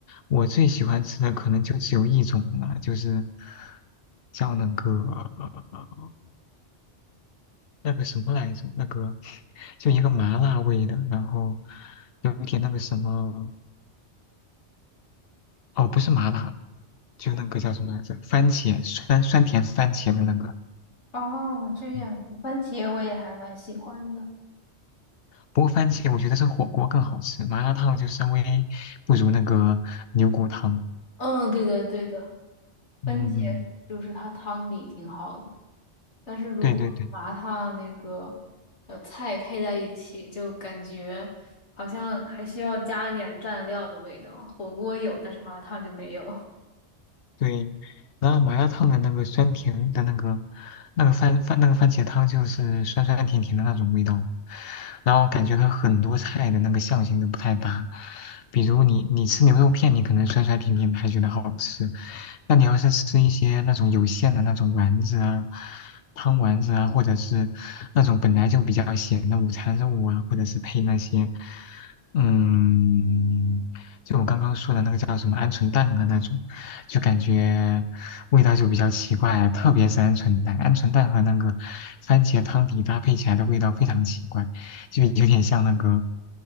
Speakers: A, on the left; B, on the left.
A: 我最喜欢吃的可能就只有一种了，就是叫那个呃那个什么来着，那个就一个麻辣味的，然后有点那个什么哦，不是麻辣。就那个叫什么来着？番茄酸酸甜番茄的那个。
B: 哦，这样，
A: 嗯
B: 番茄我也还蛮喜欢的。
A: 不过番茄我觉得是火锅更好吃，麻辣烫就稍微不如那个牛骨汤。
B: 嗯，对的，对的，番茄就是它汤底挺好的，
A: 嗯，嗯嗯
B: 但是如果麻辣烫那个呃菜配在一起，
A: 对对对。
B: 就感觉好像还需要加一点蘸料的味道。火锅有，但是麻辣烫就没有。
A: 对，然后麻辣烫的那个酸甜的那个那个番番那个番茄汤就是酸酸甜甜的那种味道，然后感觉它很多菜的那个相性都不太搭。比如你你吃牛肉片，你可能酸酸甜甜的还觉得好吃，那你要是吃一些那种有馅的那种丸子啊、汤丸子啊，或者是那种本来就比较咸的午餐肉啊，或者是配那些嗯。就我刚刚说的那个叫什么鹌鹑蛋的那种，就感觉味道就比较奇怪啊，特别是鹌鹑蛋，鹌鹑蛋和那个番茄汤底搭配起来的味道非常奇怪，就有点像那个，